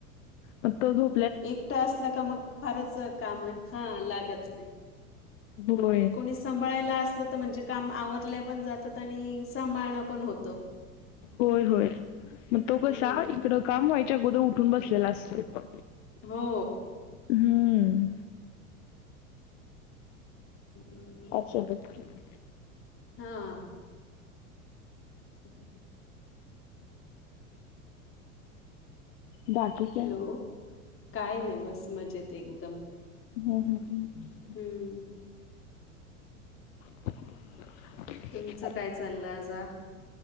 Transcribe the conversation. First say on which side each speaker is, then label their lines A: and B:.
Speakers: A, on the left; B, on the left.
A: त जो
B: एकटा असला का मग, फारच, काम आहे, हा लागत नाही.
A: होय
B: आणि कोणी, सांभाळायला असलं तर म्हणजे काम आवरल्या पण जातात आणि, सांभाळणं पण होतं.
A: होय, होय, मग तो कसा,
B: हम्म
A: इकडं, काम व्हायच्या अगोदर, उठून बसलेला असतो.
B: हो
A: ह
B: हम्,,
A: अच्छा <inaudible>
B: हा, <inaudible>
A: बाकी
B: हॅलो,
A: काय
B: काय नाही, बस मजेतेए एकदम.
A: हम्, हम, हम,
B: हम्म,,
A: <inaudible>
B: तुमचं काय चाललं आजा